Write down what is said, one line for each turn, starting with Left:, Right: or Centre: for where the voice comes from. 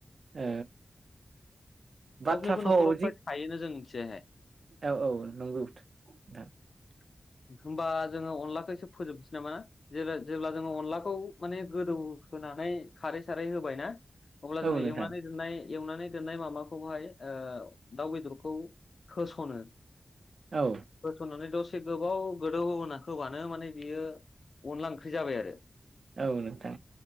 Right: ओ बाथ्रा
Left: सबनिबो न'खराव
Right: फावाव जि
Left: फ्राय थायोना जों मिथिनाय हाय
Right: औ औ नंगौ थां
Left: <inaudible> होमबा जोङो अनलाखौ एसे फोजोबनोसै नामा जे जेब्ला जोङो अनलाखौ माने गोदौ हो नानै खारै सारै होबायना अब्ला
Right: औ
Left: जोङो
Right: नोंथां
Left: एवनानै दोननाय एवनानै दोननाय माबाखौहाय ओ दाउ बेदरखौ होसनो <inaudible>
Right: औ
Left: होसननानै दसे गोबाव गोदौ होनना होबानो माने बियो अनला ओंख्रि जाबाय आरो
Right: औ नोंथां